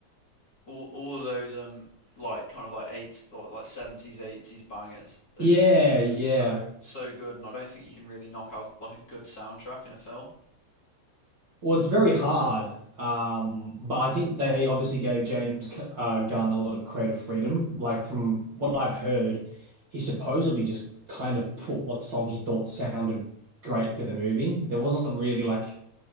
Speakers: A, on the left (about 25°); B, on the right (about 45°).
A: all all of those um like kind of like eight like like seventies eighties bangers are
B: Yeah,
A: just are so
B: yeah.
A: so good, and I don't think you can really knock out like a good soundtrack in a film.
B: Well, it's very hard. Um, but I think they obviously gave James uh, Gunn a lot of creative freedom. Like from what I've heard, he supposedly just kind of put what song he thought sounded great for the movie. There wasn't really like